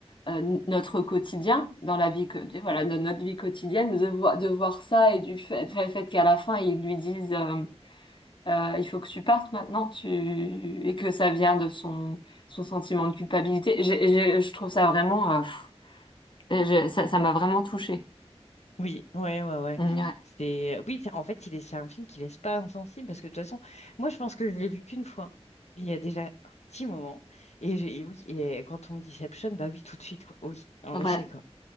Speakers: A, on the left; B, on the left.
A: euh, notre quotidien dans la vie, que- voilà, dans notre vie quotidienne, de voir, de voir ça et du fait, fait fait qu'à la fin, ils lui disent euh, euh, il faut que tu partes maintenant, tu... et que ça vient de son, son sentiment de culpabilité. J'ai- j'ai- je trouve ça vraiment, euh, pff, je- ça, ça m'a vraiment touchée.
B: Oui, ouais, ouais, ouais.
A: Mm, Ouais.
B: C'est oui, c'est- en fait, il est c'est un film qui laisse pas insensible parce que de toute façon, moi, je pense que je l'ai vu qu'une fois. Il y a déjà un petit moment et, j'ai- et oui, et quand on me dit Inception, bah oui, tout de suite quoi. Oui, en
A: Ouais.
B: effet quoi.